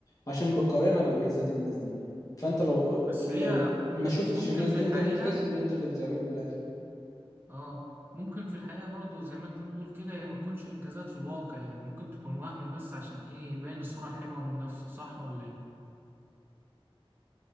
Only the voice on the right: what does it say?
بس
هي م-
ممكن
في
الحقيقة
اه ممكن في الحقيقة برضو زي ما انت بتقول كده هي ما تكونش انجازات في الواقع يعني ممكن تكون وهم بس عشان ايه يبين الصورة الحلوة من نفسه صح ولا ايه